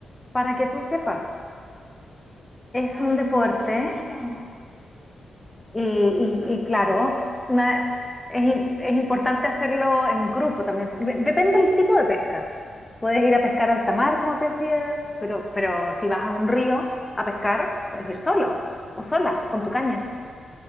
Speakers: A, on the left; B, on the right.
A: para que tú sepas. Es
B: Ay,
A: un deporte
B: no, buenísimo.
A: y, y- y claro, na- es, im- es importante hacerlo en grupo también. si, De- Depende del tipo de pesca. Puedes ir a pescar a alta mar, como te decía, pero, pero si vas a un río a pescar, puedes ir solo o sola, con tu caña.